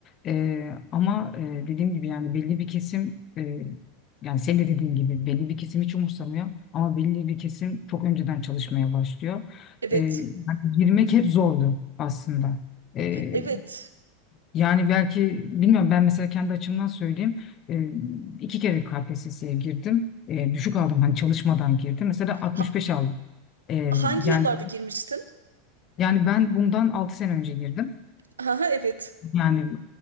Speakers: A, on the left; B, on the right.
A: E, ama e, dediğim gibi yani belli bir kesim e, Yani senin de dediğin gibi belli bir kesim hiç umursamıyor ama belli bir kesim çok önceden çalışmaya başlıyor.
B: Evet.
A: E, hani girmek hep zordu aslında. E,
B: Evet.
A: yani belki bilmiyorum ben mesela kendi açımdan söyleyeyim. E, iki kere KPSS'ye girdim. E, düşük aldım hani çalışmadan girdim. Mesela 65
B: Ha-
A: aldım. E,
B: hangi
A: yani
B: yıllarda girmiştin?
A: yani ben bundan 6 sene önce girdim.
B: Aha, evet.
A: Yani